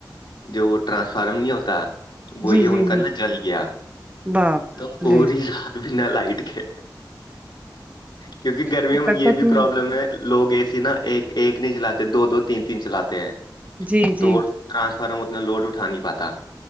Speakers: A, on the left (about 70°); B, on the right (about 20°).
A: جو وہ ٹرانسفارم نہیں ہوتا وہی
B: جی جی
A: ان کا
B: جی
A: نا جل گیا
B: باپ
A: تو پوری
B: لے
A: رات بنا لائٹ کے کیونکی گرمیوں
B: کٹا
A: میں یے بھی
B: تین
A: پروابلم ہے لوگ اے س نا ایک ایک نہیں چلاتے دو دو تین تین چلاتے ہیں
B: جی جی
A: تو ٹرانسفارم اتنا لوڈ اٹھا نہیں پاتا